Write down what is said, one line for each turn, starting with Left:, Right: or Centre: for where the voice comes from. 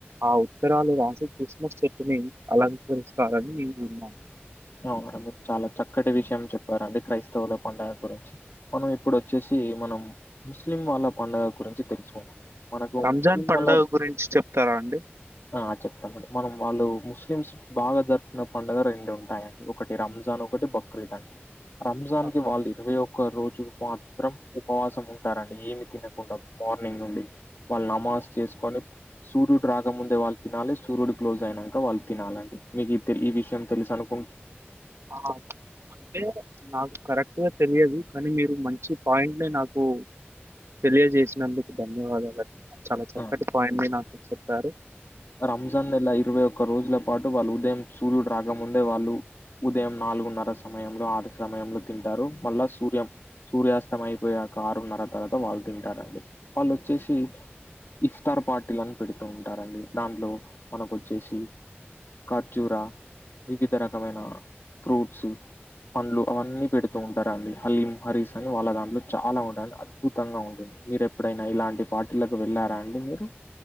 Right: ఆ ఉత్తరాలు రాసి క్రిస్మస్ చెట్టుని అల కొలుస్తారని నేను విన్నా
Left: అవునా అండి చాలా చక్కటి విషయం చెప్పారండి క్రైస్తవుల పండగ గురించి మనం ఇప్పుడు వచ్చేస్ సి మనం ముస్లిం వాళ్ళ పండగ గురించి తెలుసుకుందాం మనకి
Right: రంజాన్
Left: ముస్లిం
Right: పండగ
Left: వాళ్ళ
Right: గురించి చెప్తారా అండి
Left: ఆ చెప్ <unintelligible> మనం వాళ్ళు ముస్లిమ్స్ బాగా జరిపిన పండగ రెండు ఉన్ టాయండి ఒకటి రంజాన్ ఒకటి బక్రీద్ అండి రంజాన్కి
Right: ఆ,
Left: వాళ్ళు ఇరవై ఒక్ క్క రోజు మాత్రం ఉపవాసం ఉంటారండి ఏమి తినకుండా మార్నింగ్ నుండి వాళ్ళు నమాజ్ చేసుకొని సూర్యుడు రాక ముందే వాళ్ళు తినాలి సూర్యుడు క్లోజ్ అయినాంక వాళ్ళు తినాలండి మీకు తెల్ ఈ విషయం తెలుసను
Right: ఆ అంటే నాకు కరెక్ట్ గా తెలియదు కానీ మీరు మంచి పాయింట్ ని నాకు తెలియజేసినందుకు ధన్యవాదాలండ్ చాలా చక్కటి
Left: ఆ,
Right: పాయింట్ని నాకు చెప్పారు
Left: రంజాన్ నెల ఇరవై ఒక్క రోజుల పాటు వాళ్ళు ఉదయం సూర్యుడు రాక ముందే వాళ్ళు ఉదయం నాలుగున్నర సమయంలో ఆరు సమయంలో తింటారు మళ్ళా సూర్యం సూర్యాస్తం అయిపోయాక ఆరున్నర తర్వాత వాళ్ళు తింటారండి వాళ్ళు వచ్చేసి ఇఫ్తార్ పార్టీలనీ పెడుతూ ఉంటారండి దాంట్లో మనకు వచ్చేసి ఖర్జూరా వివిధ రకమైన ఫ్రూట్స్ పండ్లు అవన్నీ పెడుతూ ఉంటారండి కీం హరీస్ అని వాళ్ళ దాంట్లో చాలా ఉంటాయ్ అండి అద్భుతంగా ఉంటాయ్ మీరు ఎప్పుడైనా ఇలాంటి పార్టీలకు వెళ్ళారా అండి మీరు?